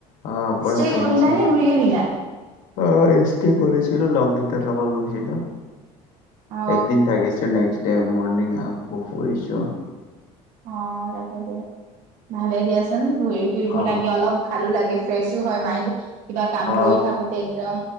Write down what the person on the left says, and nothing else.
অহ ওপৰে
ওপৰে
গৈছে
<unintelligible>
কৰিছিলো লগীতাৰ লগত গৈছিলো।
একদিন থাকিছো নেক্স ডে মৰ্নিং ফু ফু আহিছ?
অ
অ